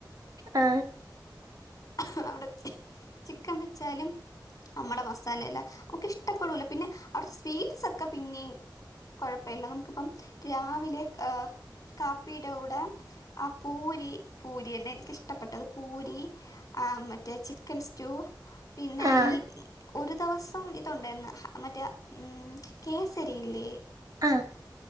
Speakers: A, on the right; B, on the left.
A: ആ
B: അ അവിടെ ചി ചിക്കൻ വെച്ചാലും നമ്മടെ മസാലയല്ല നമുക്ക് ഇഷ്ടപ്പെടൂല പിന്നെ അവിടെ സ്വീറ്റ്സ് ഒക്കെ പിന്നെയും കുഴപ്പമില്ല നമുക്കിപ്പം രാവിലെ കാപ്പിയുടെ കൂടെ ആ പൂരി പൂരി അല്ലെ എനിക്കിഷ്ടപ്പെട്ടത് പൂരി ആ മറ്റേ ചിക്കൻ സ്റ്റൂ പിന്നെ
A: ആഹ്
B: ഈ ഒരു ദിവസം ഇപ്പം ഇതുണ്ടാഴ്ന്ന് അങ്ങനത്തെ ഉം കേസരി ഇല്ലേ
A: ആ